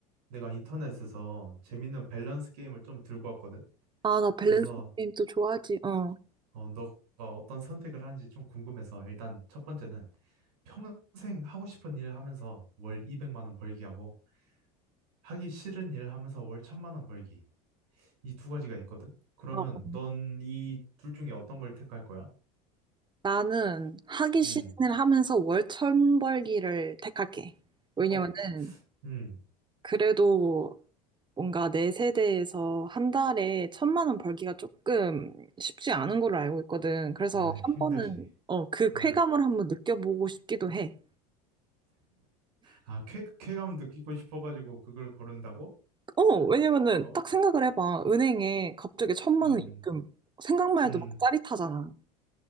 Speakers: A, on the right; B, on the right.
A: 내가 인터넷에서 재밌는 밸런스 게임을 좀 들고 왔거든.
B: 아, 나 밸런스
A: 그래서
B: 게임 또 좋아하지. 어.
A: 어, 너가 어떤 선택을 하는지 좀 궁금해서 일단 첫 번째는 평생 하고 싶은 일 하면서 월 200만 원 벌기 하고 하기 싫은 일 하면서 월 1000만 원 벌기. 이 두 가지가 있거든. 그러면
B: 어,
A: 넌 이 둘 중에 어떤 걸 택할 거야?
B: 나는 하기
A: 음.
B: 싫은 일 하면서 월천 벌기를 택할게. 왜냐면은
A: 어? 음.
B: 그래도 뭔가 내 세대에서 한 달에 천만 원 벌기가 조금 쉽지 않은 걸로 알고 있거든. 그래서
A: 아, 힘들지.
B: 한 번은 어, 그 쾌감을
A: 음.
B: 한번 느껴보고 싶기도 해.
A: 아, 쾌, 쾌감 느끼고 싶어가지고 그걸 고른다고?
B: 어, 왜냐면은
A: 어?
B: 딱 생각을 해봐. 은행에 갑자기 천만
A: 음.
B: 원 입금. 생각만
A: 음.
B: 해도 막 짜릿하잖아.